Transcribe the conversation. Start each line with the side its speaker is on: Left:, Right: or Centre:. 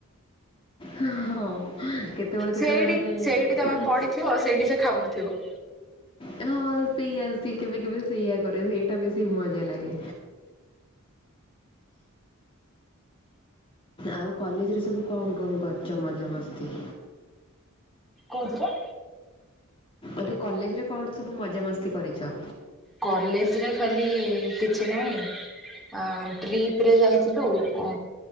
Left: ହଁ କେତେବେଳେ କେତେବେଳେ
Centre: ସେଇଠି
Left: ମାନେ
Centre: ସେଇଠି ତମେ
Left: ମାନେ
Centre: ପଡିଥିବ ସେଇଠି ସେ ଖାଉନଥିବ।
Left: ହଁ ସେଇଆ ସେ କେବେ କେବେ ସେଇୟାଆ କରେ ସେଇଟା ବେଶୀ ମଜା ଲାଗେ। ଆଉ କଲେଜରେ ସବୁ କଣ କଣ କରିଛ ମଜାମସ୍ତି?
Centre: କଉଥିରେ?
Left: ଏଠି କଲେଜ ରେ କଣ ସବୁ ମଜାମସ୍ତି କରିଛ?
Centre: କଲେଜରେ ଖାଲି କିଛି ନାଇଁ। ଆଁ ଟ୍ରିପ ରେ ଯାଇଥିଲୁ ଅଁ